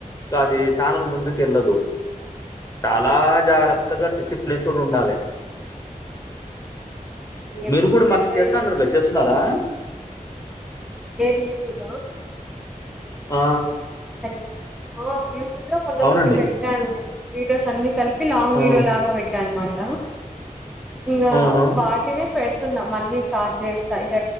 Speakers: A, on the left (about 25°); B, in the centre.
A: అది ఛానల్ ముందు కెల్లదు చాలా జాగ్రత్తగా డిసిప్ నీలాంటోలు ఉండాలే
B: ఏమో
A: మీరు కూడా
B: నేనైతే
A: మళ్ళీ చేస్తాన్నారు
B: న
A: కదా చేస్తున్నారా
B: ఏది యూట్యూబ
A: ఆ
B: హలో ఆ యూట్యూబ్ లో మొన్న
A: అవునండి.
B: కొన్ని పెట్టాను వీడియోస్ అన్ని కలిపి లాంగ్
A: హ్మ్.
B: వీడియో లాగా పెట్టా అనమాట ఇంకా
A: హుహు.
B: వాటినే పెడ పెడుతున్న మళ్ళీ స్టార్ట్ చేస్తా ఇక